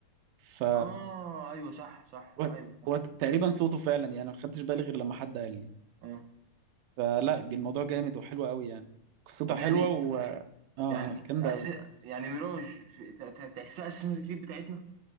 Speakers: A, on the right; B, on the right.
A: ف
B: اه ايوه صح صح
A: هو
B: ايوه صح
A: هو تقريبا صوته فعلا يعني ما خدتش بالي غير لما حد قال لي
B: اه
A: فلا الموضوع جامد وحلو قوي يعني قصتها
B: طب
A: حلوه
B: يعني
A: و اه
B: يعني
A: جامده
B: أس... يعني ميراج في- ت- ت- تحسها اساسنز كريد بتاعتنا